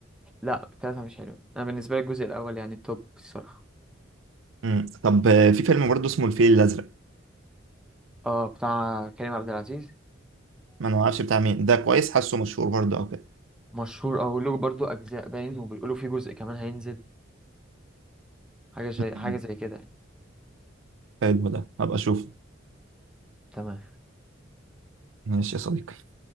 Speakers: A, in the centre; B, on the right.
A: لا التلاتة مش حلوة أنا بالنسبة لي الجزء الأول يعني التوب الصراحة
B: امم طب آه، في فيلم برضه اسمه الفيل الأزرق
A: اه بتاع كريم عبد العزيز
B: ما انا ما اعرفش بتاع مين ده كويس حاسه مشهور برضه او كده
A: مشهور اه وله برضه أجزاء باين وبيقولوا فيه جزء كمان هينزل حاجة زي
B: مم.
A: حاجة زي كده يعني
B: حلو ده هبقى اشوفه
A: تمام
B: ماشي يا صديقي